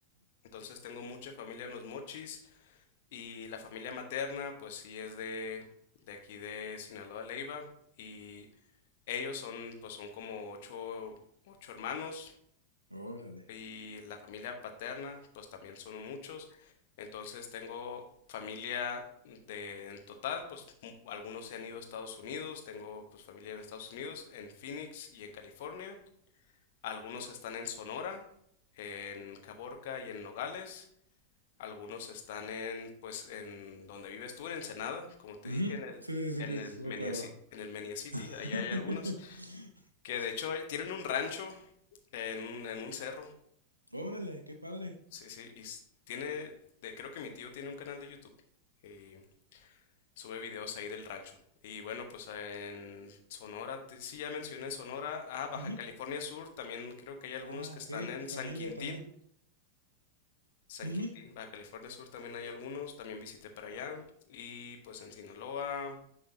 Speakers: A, on the left; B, on the right.
A: Entonces tengo mucha familia en los Mochis y la familia materna, pues sí es de, de aquí de Sinaloa, Leiva. Y ellos son, pues son como ocho, ocho hermanos
B: Órale.
A: y la familia paterna, pues también son muchos. Entonces tengo familia de en total, pues m- algunos se han ido a Estados Unidos, tengo pues familia en Estados Unidos, en Phoenix y en California. Algunos están en Sonora, en Caborca y en Nogales. Algunos están en pues en donde vives tú, en Ensenada, como te
B: Ujú,
A: dije, en el
B: Sí, sí, sí,
A: en
B: que
A: el
B: sí,
A: Meniaci-
B: recuerdo.
A: en el Menia City,
B: <laughs>
A: allá hay algunos que de hecho hay- tienen un rancho en, un- en un cerro
B: Órale, qué padre.
A: Sí, sí, y s- tiene, de, creo que mi tío tiene un canal de YouTube y sube videos ahí del rancho. Y bueno, pues eh, en Sonora, te- sí, ya mencioné Sonora, ah, Baja
B: Ujú.
A: California Sur, también creo que hay algunos
B: Ah,
A: que están
B: ok,
A: en
B: tu familia
A: San Quintín,
B: también.
A: San
B: Ujú.
A: Quintín, Baja California Sur también hay algunos, también visité para allá. Y pues en Sinaloa,